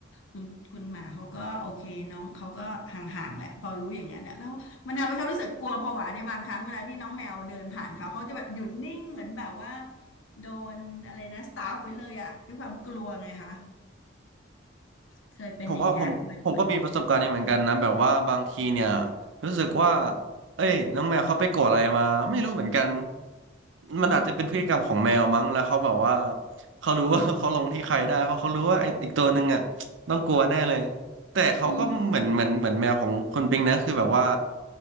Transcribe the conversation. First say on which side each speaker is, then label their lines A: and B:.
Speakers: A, on the left; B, on the right.
A: คุณคุณหมาเขาก็โอเคน้องเขาก็ห่างๆแหละพอรู้อย่างนั้นอะแล้วมันทำให้เขารู้สึกกลัวผวาในบางครั้งเวลาที่น้องแมวเดินผ่านเขาเขาจะแบบหยุดนิ่งเหมือนแบบว่าโดนอะไรนะสตาร์ฟไว้เลยอะด้วยความกลัวไงคะเคยเป็นอย่างเงี้ยบ่อย
B: ผมว่าผมผมก็มีประสบการณ์นี้เหมือนกันนะแบบว่าบางทีเนี่ยรู้สึกว่าเอ้ยน้องแมวเขาไปโกรธอะไรมาไม่รู้เหมือนกันมันอาจจะเป็นพฤติกรรมของแมวมั้งแล้วเขาแบบว่าเขารู้ว่า <laughs> เขาลงที่ใครได้เพราะเขารู้ว่าไอ้อีกตัวหนึ่งอ่ะต้องกลัวแน่เลยแต่เขาก็เหมือนเหมือนเหมือนแมวของคนปิงนะคือแบบว่า
A: ๆอืม